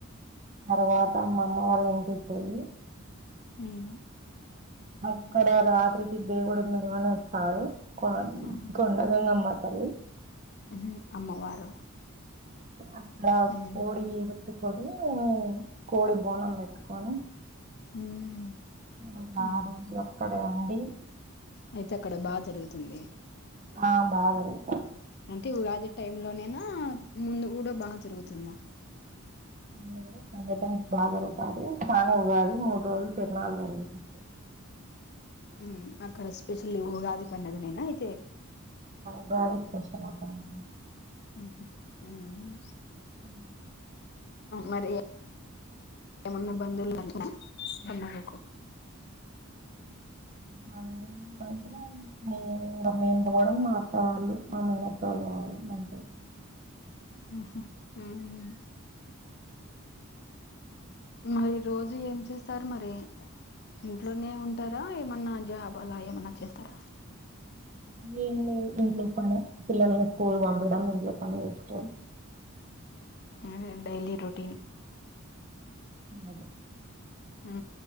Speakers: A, on the right (about 35°); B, on the left (about 50°).
A: తర్వాత అమ్మమ్మ వాళ్ళ ఇంటికి పోయి
B: ఆమ్
A: అక్కడ రాత్రికి దేవుడు ఉన్నారు అని వస్తారు కొ
B: ఆహా
A: కొండ గంగామ్మా హలో
B: ఉహు అమ్మవారు
A: అప్పుడా
B: ఉమ్
A: కోడి కొడి కోడి బోండాం పెట్టు కోక్క
B: ఉమ్
A: <unintelligible>
B: అవును
A: రండి
B: అయితే అక్కడ బాగా జరుగుతుంది
A: హా బాగా జరుగుతది
B: అంటే ఉగాది టైం లోనేనా ముందు కూడా బాగా జరుగుతుందా
A: న కూడా సంఘటన బాగా దొరుగుతది చానే ఉగాది మూడు రోజులు తిరునాలు జరుగుతది
B: ఉమ్ అక్కడ స్పెషల్లీ ఉగాది పండుగ నేనా అయితే
A: బ <unintelligible>
B: ఉహుమ్ ఉమ్
A: అ
B: మరి ఏమన్నా బంధవులున్నార నీకు ఉన్నారు
A: మ అంటే ఇంకా మేము పోవడం మా అత్తవాళ్ళు మా మేన అత్తల వాళ్ళు పోవడం అంతే
B: ఉహుమ్ ఉమ్ మరి రోజు ఏం చేస్తారు మరి ఇంట్లోనే ఉంటారా ఏమన్నా జాబ్ అలా ఏమన్నా చేస్తారా
A: ఏం లేదు ఇంట్లో పని పిల్లలని స్కూల్ పంపిడం ఇంట్లో పని చేస్తుకోడం
B: అదే డైలీ రొటీన్
A: అదే
B: హు